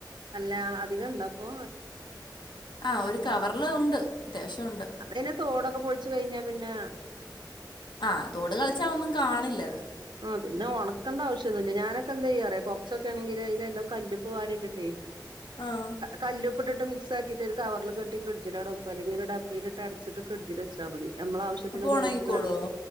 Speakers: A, on the right; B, on the left.
A: അല്ല അധികം ഇണ്ട അപ്പൊ
B: ആ ഒരു കവറില് ഉണ്ട്. അത്യാവശ്യം ഉണ്ട്
A: അതെ <unintelligible> തോടൊക്കെ പൊളിച്ചു കഴിഞ്ഞാ പിന്നെ.
B: ആഹ് തോട് കളിച്ചാ ഒന്നും കാണില്ലത്.
A: ആ പിന്ന ഉണക്കണ്ട ആവശ്യൊന്നുമില്ല പിന്നെ ഒണക്കണ്ട ആവശ്യൊന്നൂല ഞാനൊക്കെ എന്ത ചെയ്യാറ കുറച്ചൊക്കെ ആണെങ്കില് അതിലെല്ലാം കല്ലുപ്പ് വാരിട്ടിട്ടേ
B: ആഹ്
A: കല്ലുപ്പിട്ട് മിക്സ് ആക്കിട്ട് ഒരു കവറിൽ കെട്ടി ഫ്രിഡ്ജിലവിടെ വക്കും അല്ലെങ്കി ഒരു ഡബ്ബയിലിട്ട് അടച്ചിട്ട് ഫ്രിഡ്ജില് വച്ചാ മതി നമ്മളെ ആവശ്യത്തിന്
B: അപ്പൊ
A: കുറച്ചങ്ങെ
B: ഉണങ്ങിക്കോളുവോ